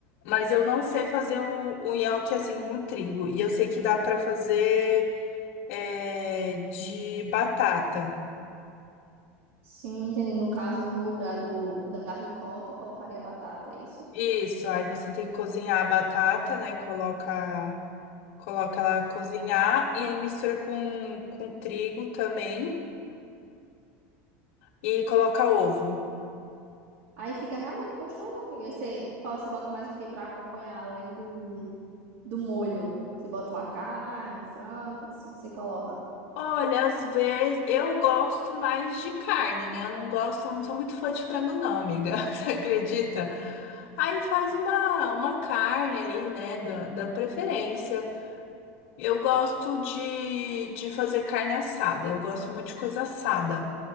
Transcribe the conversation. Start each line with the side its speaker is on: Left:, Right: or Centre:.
Left: Mas eu não sei fazer o, o nhoque assim com trigo. E eu sei que dá para fazer é, de batata.
Right: Sim, entendi. No caso, no lugar do, da ricota, colocaria batata, é isso?
Left: Isso, aí você tem que cozinhar a batata, né? Coloca, coloca ela cozinhar e aí mistura com, com trigo também e coloca ovo.
Right: Aí fica realmente gostoso, amiga. Aí você, Paulo, você bota mais o que para acompanhar além do, do molho? Você bota uma carne, um frango, o que que você você coloca?
Left: Olha, às vezes eu gosto mais de carne, né? Eu não gosto, não sou muito fã de frango, não, amiga. <laughs> Você acredita? Aí faz uma, uma carne ali, né? Da, da preferência. Eu gosto de, de fazer carne assada. Eu gosto muito de coisa assada.